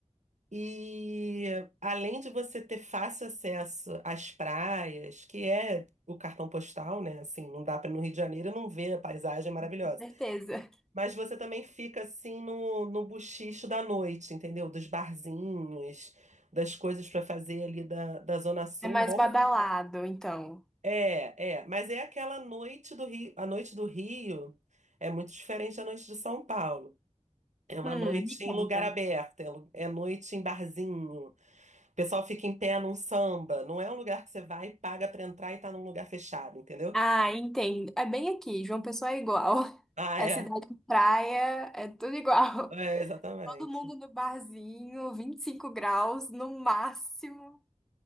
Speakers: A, on the right; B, in the centre.
A: E além de você ter fácil acesso às praias, que é o cartão postal, né? Assim, não dá para ir no Rio de Janeiro e não ver a paisagem maravilhosa.
B: com certeza.
A: Mas você também fica assim no, no buchicho da noite, entendeu? Dos barzinhos, das coisas para fazer ali da, da Zona Sul.
B: É mais
A: um Bom,
B: badalado, então.
A: é, é. Mas é aquela noite do Rio. A noite do Rio é muito diferente da noite de São Paulo. É uma
B: Hum,
A: noite
B: me conta.
A: em lugar aberto, é lu- é noite em barzinho. O pessoal fica em pé num samba. Não é um lugar que você vai, e paga pra entrar e tá num lugar fechado, entendeu?
B: Ah, entendo. É bem aqui, João Pessoa é igual. <laughs>
A: Ah,
B: É
A: é.
B: cidade de praia, é tudo igual.
A: É,
B: <laughs>
A: exatamente.
B: Todo mundo no barzinho, 25 graus no máximo.